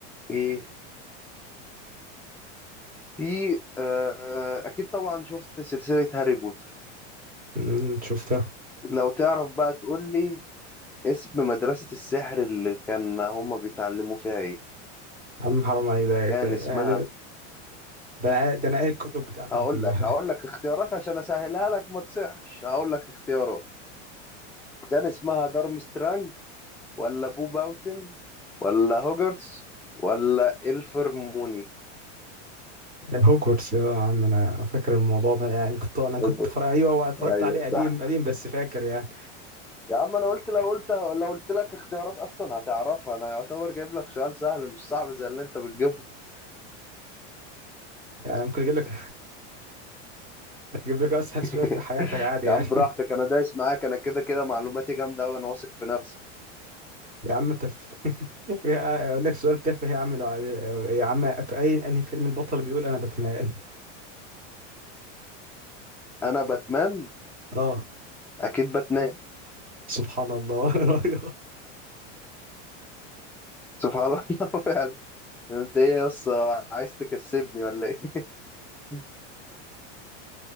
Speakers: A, in the centre; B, on the right.
A: ايه في آه اكيد طبعا شفت سلسلة هاري بوتر
B: أمم، شفتها
A: لو تعرف بقى تقول لي اسم مدرسة السحر اللي كان هما بيتعلموا فيها ايه
B: عم حرام عليك ده
A: كان اسمها
B: ده ده انا قا- ده أنا قاري الكتب بتاعتها
A: هقول
B: كلها
A: لك هقول لك اختيارات عشان اسهلها لك ما تصحش هقول لك اختيارات كان اسمها دارمسترانج ولا بو باوتن ولا هوجرتس ولا الفرموني
B: <laughs> هوجورتس آه، يا عم انا فاكر الموضوع ده يعني كنت انا كنت
A: هوجرتس
B: فرق ايوه هو اتفرجت
A: ايوه
B: عليه قديم
A: صح
B: قديم بس فاكر يعني
A: يا عم انا قلت لو قلت لو قلت لك اختيارات اصلا هتعرفها انا يعتبر جايب لك سؤال سهل مش صعب زي اللي انت بتجيبه
B: يعني ممكن اجيب لك <laughs> اجيب لك اسهل
A: <laughs>
B: سؤال في حياتك عادي
A: يا
B: يعني
A: عم براحتك انا دايس معاك انا كده كده معلوماتي جامده وانا واثق في نفسي
B: يا عم تف <laughs> يا- اقول لك سؤال تافه يا عم لو عايز- يا عم في اي انهي فيلم البطل بيقول انا باتمان
A: انا باتمان
B: اه
A: اكيد باتمان
B: سبحان الله <laughs> رايح
A: سبحان الله <laughs> فعلا انت ايه يا اسطى عايز تكسبني ولا ايه <laughs>